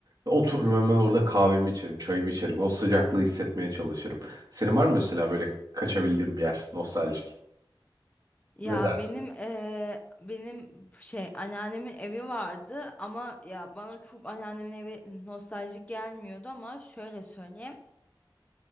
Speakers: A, on the right (about 50°); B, on the left (about 15°).
A: Ve Otururum hemen orada kahvemi içerim, çayımı içerim. O sıcaklığı hissetmeye çalışırım. Senin var mı mesela böyle kaçabildiğin bir yer nostaljik?
B: Ya
A: Ne dersin?
B: benim eee, benim şey anneannemin evi vardı ama ya bana çok anneannemin evi nostaljik gelmiyordu ama şöyle söyleyeyim.